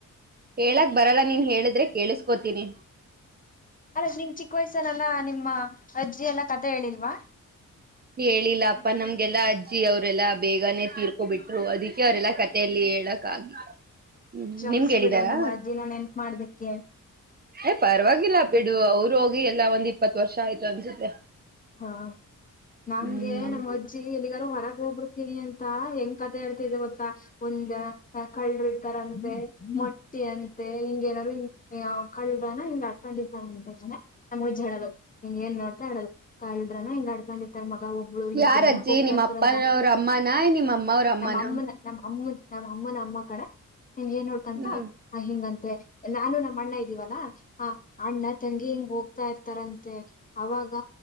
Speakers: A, on the right; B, on the left.
A: ಹೇಳಕ್ ಬರಲ್ಲ ನೀನ್ ಹೇಳಿದ್ರೆ ಕೇಳಿಸಕೋತೀನಿ
B: ಅಲ್ಲ ನಿಂಗ ಚಿಕ್ಕ ವಯಸ್ಸನಲ್ಲ ನಿಮ್ಮ ಅಜ್ಜಿ ಎಲ್ಲ ಕತೆೆ ಹೇಳಿಲ್ವಾ
A: ಹೇಳಿಲ್ಲ ಅಪ್ಪ ನಮ್ಗೆಲ್ಲ ಅಜ್ಜಿ ಅವ್ರೆಲ್ಲಾ ಬೇಗನೆ ತೀರ್ಕೊಬಿಟ್ರು ಅದಕ್ಕೆ ಅವೆಲ್ಲಾ ಕಥೆ ಲ್ಲಿ ಹೇಳಕ್ ಆಗಿಲ್ಲ ಹ್ಮ್
B: ಕ್ಷಮಿಸಿ
A: ನಿಮ್ಗೆ ಹೇಳಿದಾರ
B: ಬಿಡು ನಿಮ್ಮ್ ಅಜ್ಜಿನಾ ನೆನಪು ಮಡಿದಿಕ್ಕೆ
A: ಏ ಪರವಾಗಿಲ್ಲ ಬಿಡು ಅವರು ಹೋಗಿ ಎಲ್ಲಾ ಒಂದ್ ಇಪ್ಪತ್ತು ವರ್ಷ ಆಯ್ತು ಅನ್ಸುತ್ತೆ
B: ಹಾ ನಂಗೆ
A: ಹ್ಮ್
B: ನಮ್ಮ ಅಜ್ಜಿ ಎಲ್ಲಿಗಾರು ಹೊರಗೆ ಹೋಗ್ಬಿಡ್ತೀನಿ ಅಂತ ಹೆಂಗ್ ಕತೆ ಹೇಳ್ತಿದ್ದ ಗೊತ್ತಾ ಒಂದ ಕಳ್ರು ಇರ್ತಾರಂತೆ ಮೊಟ್ಟಿ ಅಂತೆ ಹಿಂಗಗೆಏನಾದ್ರು ಕಳ್ಳನ ಹಂಗ ಆಡ್ಕೊಂಡಿರ್ತಂತೆ ನಮ್ಮ ಅಜ್ಜಿ ಹೇಳೋರು ಹಂಗ ಏನ್ ನೋಡ್ತಾ ಹೇಳಡೋ ಕಾಲ್ರನು ಹಿಂಗ ಇಡ್ಕೊಂಡ ಮ ಒಬ್ಳು ಇಬ್ಬ್ರ
A: ಯಾರ ಅಜ್ಜಿ
B: ಹೋಗ್ತಾ
A: ನಿಮ್
B: ಇರ್ತಾರಂತ
A: ಅಪ್ಪನವ್ರ ಅಮ್ಮನ ನಿಮ್ ಅಮ್ಮ ಅವ್ರ ಅಮ್ಮನ
B: ನಮ್ಮಮ್ಮನ ನಮ್ಮಮ್ಮ ನಮ್ಮ ಅಮ್ಮನ ಅಮ್ಮ್ ಕಣೆ ನಿ ಏನ್ ನೋಡ್ಕಂತ
A: ಹ್ಮ್
B: ಆ ಹಿಂಗಂತೆ ನಾನು ನಮ್ಮ ಅಣ್ಣ ಇದ್ದೀವಲ್ಲಾ ಹ ಅಣ್ಣ ತಂಗಿ ಹಿಂಗ್ ಹೋಗ್ತಾ ಇರ್ತಾರಂತೆ ಅವಾಗ